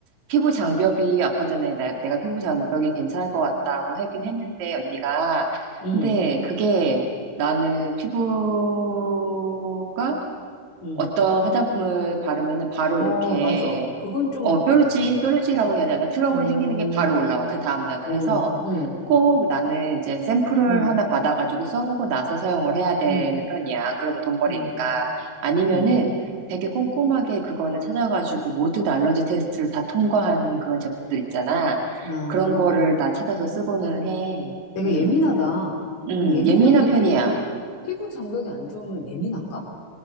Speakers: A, on the right; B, on the left.
A: 피부 장벽이, 아까 전에 나- 내가 피부 장벽이 괜찮을 것 같다고 하긴 했는데, 언니가.
B: 음,
A: 근데 그게 나는 피부가
B: 음.
A: 어떤 화장품을 바르면은 바로
B: 어,
A: 이렇게
B: 맞아. 그건 좀,
A: 어, 뾰루지,
B: 맞아.
A: 뾰루지라고 해야 되나? 트러블이
B: 음,
A: 생기는 게 바로 올라와, 그 다음날. 그래서
B: 음, 음,
A: 꼭 나는 이제 샘플을
B: 음,
A: 하나 받아가지고 써보고 나서 사용을 해야 되는
B: 음,
A: 편이야. 안 그러면 돈 버리니까.
B: 음,
A: 아니면은
B: 음.
A: 되게 꼼꼼하게 그거는 찾아가지고 모든 알러지 테스트를 다 통과한 그런 제품들 있잖아.
B: 아.
A: 그런 거를 다 찾아서 쓰고는 해.
B: 되게
A: 음,
B: 예민하다.
A: 음,
B: 그 예민한
A: 예민한
B: 게
A: 편이야.
B: 피부, 피부 장벽이 안 좋으면 예민한가?